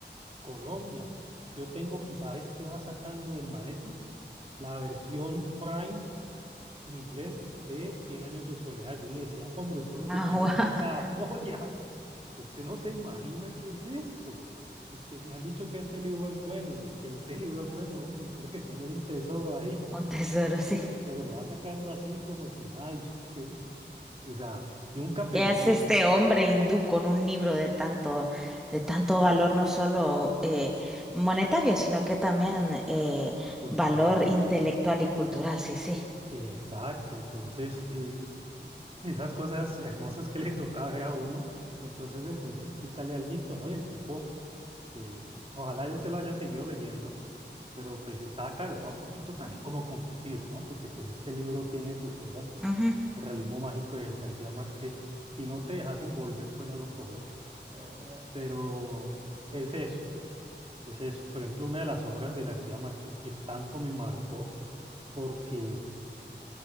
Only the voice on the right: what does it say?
Colombia, yo tengo, ¿y sabes qué va sacando del maleto? La versión Prime en inglés de Cien años de soledad. Yo le decía, hombre, usted lo que
tiene es
una <laughs> joya, usted no se imagina qué es esto. Y es que me han dicho que este libro es bueno, y yo, que este libro es bueno, hombre, usted lo que tiene es un tesoro ahí,
pero lo va sacando así como si nada, <laughs> y yo qué, o sea, nunca pensé
cultural.
Exacto, entonces eh, esas cosas hermosas que le tocaba ver a uno, entonces empecé a explicarle alguito, ¿no? Y el tipo, eh, ojalá él se lo haya seguido leyendo, pero pues estaba claro, estaba un poquito también como confundido, ¿no? Porque pues es que el libro tiene su cosa,
el realismo mágico de García Márquez, si no te dejas envolver, pues no lo coges, eh, pero es eso, es eso. Por ejemplo, una de las obras de García Márquez que tanto me marcó, porque